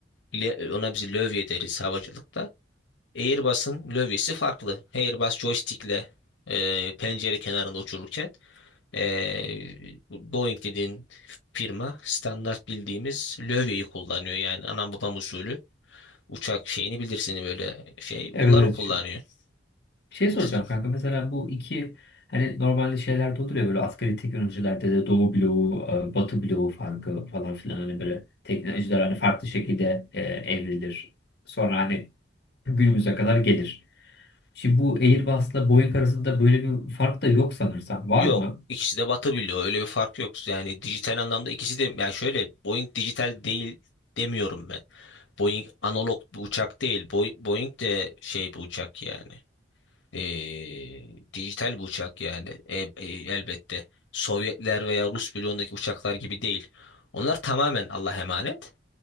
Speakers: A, on the left (about 80°); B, on the left (about 60°).
A: le- ona biz lövye deriz havacılıkta. Airbus'un lövyesi farklı. Airbus joystick'le eee, pencere kenarında uçururken eee, Boeing dediğin firma standart bildiğimiz lövyeyi kullanıyor. Yani anam babam usulü uçak şeyini bilirsin böyle şey
B: Evet
A: onları
B: evet.
A: kullanıyor.
B: Şey
A: O
B: soracağım
A: işte.
B: kanka mesela bu iki hani normalde şeylerde olur ya böyle asgari teknolojilerde de Doğu bloğu, e, Batı bloğu farkı falan filan hani böyle teknolojiler hani farklı şekilde e, evrilir. Sonra hani günümüze kadar gelir. Şimdi bu Airbus'la Boeing arasında böyle bir fark da yok sanırsam.
A: Yok
B: Var mı?
A: ikisi de batabiliyor öyle bir fark yok yani dijital anlamda ikisi de yani şöyle Boeing dijital değil demiyorum ben Boeing analog bir uçak değil Boeing, Boeing de şey bir uçak yani Ee, dijital bir uçak yani E- e, elbette Sovyetler veya Rus bloğundaki uçaklar gibi değil onlar tamamen Allah'a emanet